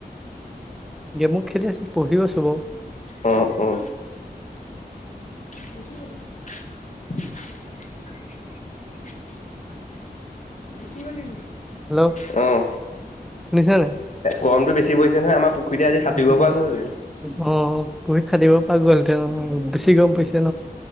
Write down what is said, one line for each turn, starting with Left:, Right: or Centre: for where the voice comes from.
Centre: গে মু খেলি আছো পঢ়িও আছো।
Left: অ' অ'। <unintelligible>
Centre: হেল্ল'
Left: অ'।
Centre: শুনিছা
Left: গৰমটো বেছি পৰিছে নহয় আমাৰ পুখুৰীতে আজি সাঁতুৰিব
Centre: অ'পৰিক্ষা
Left: পৰা গ'লহেতেন
Centre: দিব‌ পৰা গলহেতেন বেছি গম পৰিছে।